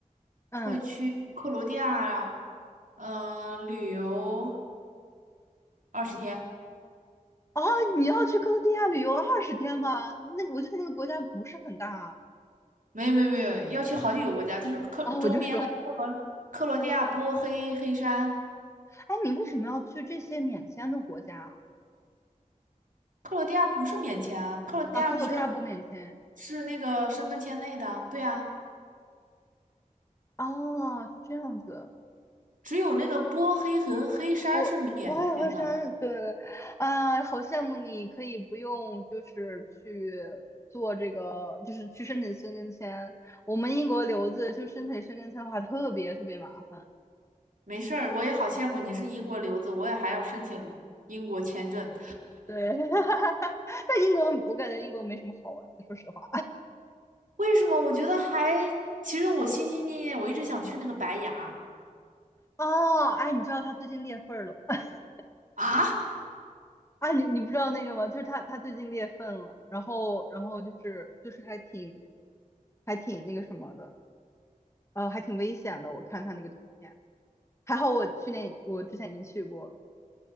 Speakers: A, on the left; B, on the right.
A: 嗯，
B: 会去克罗地亚，嗯、旅游二十天，
A: 哦，你要去克罗地亚旅游二十天吗？那我觉得那个国家不是很大
B: 没有没有没有，要去好几个国家，就是克周边的克罗克罗地亚、
A: 啊，我就说，
B: 波黑、黑山，
A: 哎，你为什么要去这些免签的国家
B: 克罗地亚不是免签啊，克罗地亚不是
A: 啊？克罗地亚不免签
B: 是那个申根签内的，对呀。
A: 哦，是这样子。
B: 只有那个波黑和黑山是免签的。
A: 我我也会删，对，啊，好羡慕你可以不用就是去做这个，就是去申请申根签。我们英国留子就申请申根签的话，特别特别麻烦。
B: 没事儿，我也好羡慕你是英国留子，我也还要申请英国签证。
A: 对，<laughs> 但英国我感觉英国没什么好玩的，说实话。
B: 为什么？我觉得还，其实我心心念念，我一直想去那个白崖
A: 哦，哎，你知道他最近裂缝了吗？<laughs>
B: 啊。
A: 啊，你你不知道那个吗？就是他他最近裂缝了，然后然后就是就是还挺还挺那个什么的，呃，还挺危险的。我看他那个图片，还好我去年我之前已经去过了